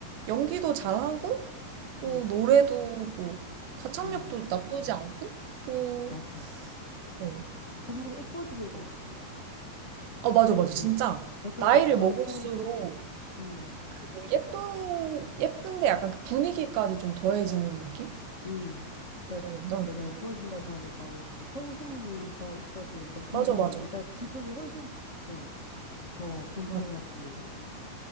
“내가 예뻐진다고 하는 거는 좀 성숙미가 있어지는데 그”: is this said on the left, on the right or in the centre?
Left